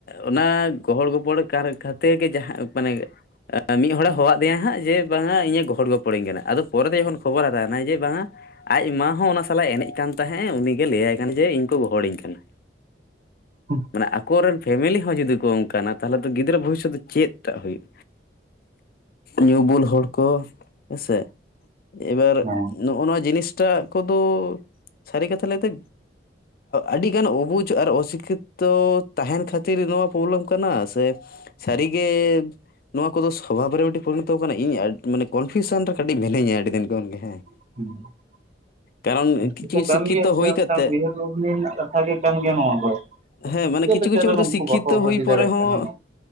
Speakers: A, on the left; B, on the right.
A: ᱚᱱᱟ ᱜᱚᱦᱚᱲ ᱜᱚᱯᱚᱲ ᱠᱟᱨ ᱠᱷᱟᱹᱛᱤᱨ ᱜᱮ ᱡᱟᱦᱟᱸ ᱢᱟᱱᱮ ᱢᱤᱫ ᱦᱚᱲᱮ ᱦᱚᱦᱚᱣᱟᱫᱮᱭᱟ ᱦᱟᱸᱜ ᱡᱮ ᱵᱟᱝᱟ ᱤᱧᱮ ᱜᱚᱦᱚᱲ ᱜᱚᱯᱚᱲᱤᱧ ᱠᱟᱱᱟ ᱟᱫᱚ ᱯᱚᱨᱮ ᱛᱮ ᱡᱚᱠᱷᱚᱱ ᱠᱷᱚᱵᱚᱨ ᱦᱟᱛᱟᱣᱮᱱᱟ ᱡᱮ ᱵᱟᱝᱟ ᱟᱡ ᱢᱟ ᱦᱚᱸ ᱚᱱᱟ ᱥᱟᱞᱟᱜ ᱮᱱᱮᱡ ᱠᱟᱱ ᱛᱟᱦᱮᱸᱫ ᱮ ᱩᱱᱤᱜᱮ ᱞᱟᱹᱭᱟᱭ ᱠᱟᱱᱟ ᱡᱮ ᱤᱧ ᱠᱚ ᱜᱚᱦᱚᱲᱤᱧ ᱠᱟᱱᱟ
B: ᱦᱮᱸ
A: ᱢᱟᱱᱮ ᱟᱠᱚᱨᱮᱱ ᱯᱷᱮᱢᱮᱞᱤ ᱦᱚᱸ ᱡᱩᱫᱤ ᱠᱚ ᱚᱱᱠᱟᱱᱟ ᱛᱟᱦᱚᱞᱮ ᱛᱚ ᱜᱤᱫᱽᱨᱟᱹ ᱵᱷᱚᱵᱤᱥᱚᱛ ᱫᱚ ᱪᱮᱫ ᱴᱟᱜ ᱦᱩᱭᱩᱜ ᱧᱩ ᱵᱩᱞ ᱦᱚᱲ ᱠᱚ ᱦᱮᱸᱥᱮ ᱮᱵᱟᱨ
B: ᱦᱮᱸ
A: ᱚᱱᱟ ᱡᱤᱱᱤᱥᱴᱟᱜ ᱠᱚᱫᱚ ᱥᱟᱹᱨᱤ ᱠᱟᱛᱷᱟ ᱞᱟᱹᱭᱛᱮ ᱟᱹᱰᱤᱜᱟᱱ ᱚᱵᱩᱡᱽ ᱟᱨ ᱚᱥᱤᱠᱷᱤᱛᱚ ᱛᱟᱦᱮᱱ ᱠᱷᱟᱹᱛᱤᱨ ᱱᱚᱣᱟ ᱯᱨᱚᱵᱞᱮᱢ ᱠᱟᱱᱟ ᱥᱮ ᱥᱟᱹᱨᱤ ᱜᱮ ᱱᱚᱣᱟ ᱠᱚᱫᱚ ᱥᱚᱵᱷᱟᱵᱽ ᱨᱮ ᱢᱤᱫᱴᱤᱡ ᱯᱚᱨᱤᱱᱚᱛᱚ ᱠᱟᱱᱟ ᱤᱧ ᱢᱟᱱᱮ ᱠᱚᱱᱯᱷᱤᱭᱩᱥᱚᱱ ᱨᱮ ᱠᱟᱹᱴᱤᱡ ᱢᱤᱱᱟᱹᱧᱟ ᱟᱹᱰᱤ ᱫᱤᱱ ᱠᱷᱚᱱ ᱜᱮ ᱦᱮᱸ
B: <inaudible>
A: ᱠᱟᱨᱚᱱ
B: <unintelligible>
A: ᱠᱤᱪᱷᱩ ᱠᱤᱪᱷᱩ
B: ᱠᱟᱱ
A: ᱥᱤᱠᱠᱷᱤᱛᱚ
B: ᱜᱮᱭᱟ ᱥᱮ
A: ᱦᱩᱭ ᱠᱟᱛᱮᱜ
B: ᱩᱭᱦᱟᱹᱨ ᱵᱷᱟᱹᱵᱽᱱᱤ ᱨᱮᱱᱟᱜ ᱠᱟᱛᱷᱟ ᱜᱮ ᱠᱟᱱ ᱜᱮᱭᱟ ᱱᱚᱣᱟ ᱫᱚ
A: ᱦᱮᱸ
B: ᱪᱤᱠᱟᱹ
A: ᱢᱟᱱᱮ ᱠᱤᱪᱷᱩ
B: ᱞᱮᱠᱟ
A: ᱠᱤᱪᱷᱩ
B: ᱨᱮ
A: ᱦᱚᱲ
B: ᱱᱩᱠᱩ
A: ᱫᱚ ᱥᱤᱠᱠᱷᱤᱛᱚ
B: ᱵᱟᱠᱚ ᱵᱷᱟᱹᱵᱤ
A: ᱦᱩᱭ
B: ᱫᱟᱲᱮᱜ
A: ᱯᱚᱨᱮ ᱦᱚᱸ
B: ᱠᱟᱱᱟ᱾